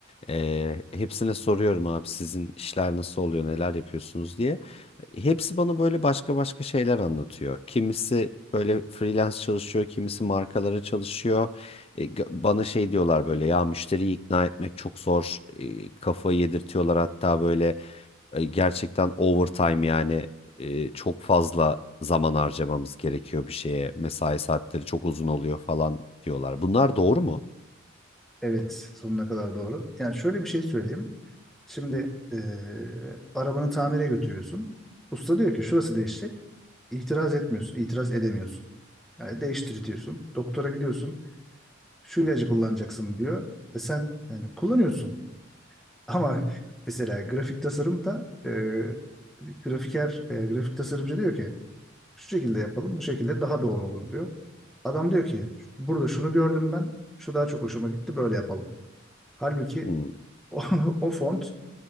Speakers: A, on the left; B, in the centre.
A: Ee, hepsine soruyorum abi sizin işler nasıl oluyor, neler yapıyorsunuz diye. Hepsi bana böyle başka başka şeyler anlatıyor. Kimisi böyle freelance çalışıyor, kimisi markalara çalışıyor. E, g- bana şey diyorlar böyle ya müşteriyi ikna etmek çok zor. E, kafayı yedirtiyorlar hatta böyle e, gerçekten overtime yani e, çok fazla zaman harcamamız gerekiyor bir şeye. Mesai saatleri çok uzun oluyor falan diyorlar. Bunlar doğru mu?
B: Evet, sonuna kadar doğru. Yani şöyle bir şey söyleyeyim. Şimdi eee, arabanı tamire götürüyorsun. Usta diyor ki şurası değişecek. İtiraz etmiyorsun, itiraz edemiyorsun. Yani değiştirtiyorsun. Doktora gidiyorsun. Şu ilacı kullanacaksın diyor. Ve sen yani kullanıyorsun. <laughs> Ama mesela grafik tasarımda eee grafiker veya grafik tasarımcı diyor ki Şu şekilde yapalım, bu şekilde daha doğru olur diyor. Adam diyor ki burada şunu gördüm ben, şu daha çok hoşuma gitti, böyle yapalım. Halbuki
A: Hmm.
B: o, <laughs> o font